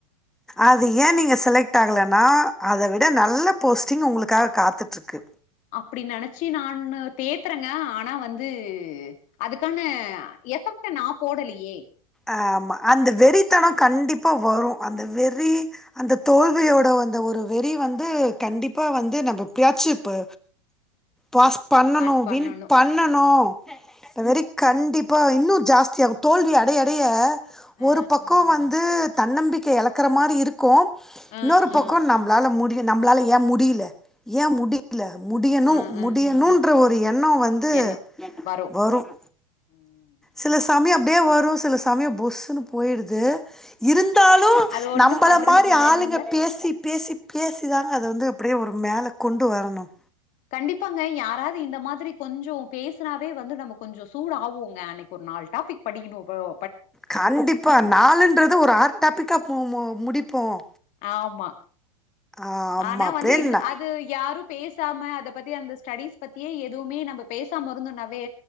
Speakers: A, in the centre; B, on the left.
A: அது ஏ நீங்க செலக்ட் ஆகலன்னா அத விட நல்ல போஸ்ட்டிங் உங்களுக்காக காத்துட்டுருக்கு
B: அப்டி நெனைச்சு நானு தேத்துறேங்க ஆனா வந்து அதுக்கான எஃபெக்ட நான் போடலையே
A: ஆஹ் ஆமா அந்த வெறித்தனம் கண்டிப்பா வரும் அந்த வெறி அந்த தோல்வியோட அந்த ஒரு வெறி வந்து கண்டிப்பா வந்து நம்ம ஏப்டியாச்சு இப்ப பாஸ் பண்ணணும்
B: பாஸ் பண்ணணு
A: வின் பண்ணணும் வெரி கண்டிப்பா இன்னும் ஜாஸ் தியாகு தோல்வி அடைய அடைய
B: ஆ
A: ஒரு பக்கோ வந்து தன்னம்பிக்கை எழக்குற மாரி இருக் கு
B: ஆ
A: இன்னோரு
B: ஆ
A: பக்கோ நம்மளால முடி நம்மளால ஏன் முடில ஏன் முடிக்ல முடியணும்
B: ஆ ஆ
A: முடியணும் ன்ற ஒரு இன்னோ வந்து
B: எண்ணோ வரு
A: வரும்
B: ம்
A: சில சமயோ அப்டியே வரும் சில சமயோ புஸ்னு போயிடுது இருந்தாலும்
B: அது ஒண்ணு
A: நம்பள
B: பண்றதுக்கு
A: மாரி
B: இல்ல
A: ஆளுங்க
B: இல்லைங்களா
A: பேசி பேசி பேசி தாங்க அத வந்து அப்டியே ஒரு மேல கொண்டு வரணும்
B: கண்டிப்பாங்க யாராவது இந்த மாதிரி கொஞ்சோ பேசுனாவே வந்து நம்ம கொஞ்சோ சூடாவோங்க அன்னைக்கு ஒரு நாலுடாபிக் படிக்கணும் இவளோ
A: கண்டிப்பா நாளுன்றது ஒரு ஆறு டாபிக்கா போவுமோ முடிப்போம்
B: ஆமா
A: ஆமா
B: ஆனா
A: அப்டியே
B: வந்து யித்
A: ந
B: அது யாரும் பேச பேசாம அத பத்தி அந்த ஸ்டடிஸ் பத்தியே எதுவுமே நம்ம பேசாமருந்தோனாவே